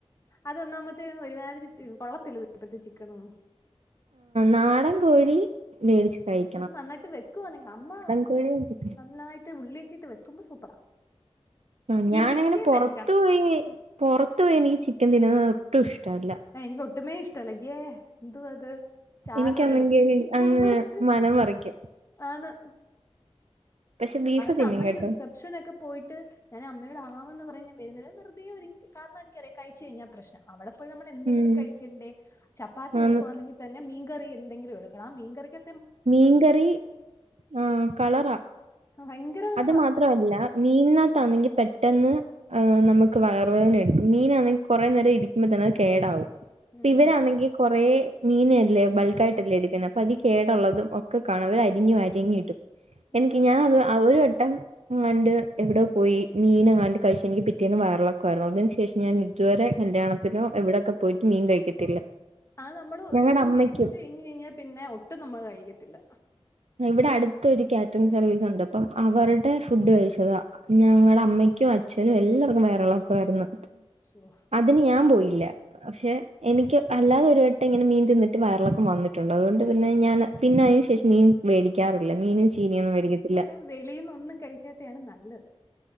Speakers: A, on the left (about 25°); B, on the right (about 85°).
A: അതൊന്നാമത്തേങ് ഒരുമാതിരി കൊള്ളത്തില്ല ഇപ്പഴത്തെ ചിക്കനൊന്നും.
B: നാടൻ കോഴി. വേടിച് കഴിക്കും
A: പക്ഷെ നന്നായിട്ട് വെക്കുവാന്നെങ്കി അമ്മ
B: കോഴി
A: നന്നായിട്ട് ഉള്ളിയക്കെ ഇട്ട് വെക്കുമ്പോ സൂപ്പറാ.
B: ആഹ് ഞാനങ്ങനെ
A: ഈ പിറ്റേന്ന്
B: പൊറത്തു
A: എടുക്കണം
B: പോയി പൊറത്തു പോയി ഇനിക്ക് ചിക്കൻ തിന്ന്നത് ഒട്ടും ഇഷ്ടല്ല.
A: എനിക്ക് ഒട്ടുമേ ഇഷ്ടഅല്ല യ്യേ എന്തുവാ അത് ചാറ്
B: എനിക്കാന്നെങ്കി
A: ഒരിടത്ത് ചിക്കൻ
B: അങ്ങ്
A: ഒരിടത്ത്
B: മനം മറിക്കും
A: ആന്ന്.
B: പക്ഷെ ബീഫ്
A: അയ്
B: തിന്നും
A: നമ്മളീ
B: കേട്ടോ
A: റിസപ്ഷനൊക്കെ പോയിട്ട്. ഞാൻ അമ്മയോട് ആവ്ന്ന് പറയും ഞാൻ വരുന്നില്ല വെറുതെ ഒരുങ്ങി കാരണം എനിക്കറാം കഴിച്ചു കഴിഞ്ഞ. പ്രശ്ന അവടെ പോയി നമ്മള് എന്തെങ്കിലും
B: ഉം
A: കഴിക്കണ്ടേ ചപ്പാത്തി
B: ആന്ന്
A: എടുക്കുവാണെങ്കി. തന്നെ മീൻകറി എന്തെങ്കിലും എടുക്കണം ആ മീൻകറിക്ക്
B: മീൻകറി ആഹ് കളറ
A: ഭയങ്കര കളറാ
B: അത് മാത്രഅല്ല. മീനകത്താണെങ്കി പെട്ടെന്ന്. ആഹ് നമുക്ക് വയർ വേദന എടുക്കും മീനാണെങ്കി കൊറെ നേരം ഇരിക്കുമ്പോ തന്നെ അത് കേടാവും.
A: ഉം
B: ഇവരാണെങ്കി കൊറെേ മീനല്ലേ ബൾക്കായിട്ടല്ലേ എടുക്കുന്ന അപ്പൊ അതി കേടള്ളത്. ഒക്കെ കാണാം അവര് അരിഞ്ഞു അരിഞ്ടും എനിക്ക്
A: അതാ
B: ഞാൻ അത് ഒരു വട്ടം. ങ്ങാണ്ട് എവടോ പോയി മീനങ്ങാണ്ട് കഴച് എനിക്ക് പിറ്റേന്ന് വയറളക്കം വയറിളക്കത്തിന് ശേഷം ഞാൻ ഇതുവരെ കല്യാണത്തിനോ എവിടെക്കെ പോയിട്ടും മീൻ കഴിക്കത്തില്ല.
A: അഹ് നമ്മള് ഒരു
B: ഞങ്ങടെ
A: വട്ടം
B: അമ്മയ്ക്കും
A: പേടിച്ച് കഴിഞ്ഞ് കഴിഞ്ഞാ പിന്നെ ഒട്ടും നമ്മള് കഴിക്കത്തില്ല.
B: ഇവടെ അടുത്തൊരു കാറ്ററിംഗ്- സർവീസ് ഉണ്ട്, അപ്പം അവരുടെ ഫുഡ് കഴിച്ചത. ഞങ്ങളെ അമ്മയ്ക്കും, അച്ഛനും, എല്ലാർക്കും വയറെളൊക്കെ ആയിരുന്നു.
A: <unintelligible>
B: അതിന് ഞാൻ പോയില്ല പക്ഷെ. എനിക്ക് അല്ലാതെ ഒരു വട്ടം ഇങ്ങനെ മീൻ തിന്ന്ട്ട് വയറളക്കം വന്നിട്ടുണ്ട്, അതുകൊണ്ട് പിന്നെ- ഞാൻ പിന്നെ, അയിന് ശേ- ശേഷം മീൻ മേടിക്കാറില്ല. മീനും, ചീനിയൊന്നും മേടിക്കത്തില്ല.
A: വെളീന്നൊന്നും കഴിക്കാത്തെയാണ്- നല്ലത്,